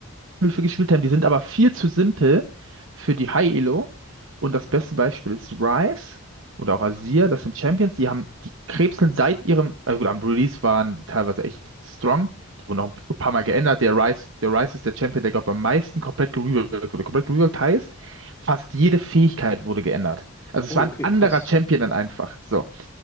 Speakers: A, on the right (about 60°); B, on the left (about 15°).
A: Höfe gespielt haben. Die sind aber viel zu simpel für die High-Elo. Und das beste Beispiel ist Ryze oder auch Azir. Das sind Champions, die haben, die krebseln seit ihrem, äh gut, am Release waren die teilweise echt strong. Die wurden auch ein paar Mal geändert. Der Ryze, der Ryze ist der Champion, der, glaube ich am meisten komplett gereworkt wurde. Komplett gereworkt heißt, fast jede Fähigkeit wurde geändert. Also
B: Oh,
A: es war
B: okay,
A: ein anderer
B: krass.
A: Champion dann einfach. So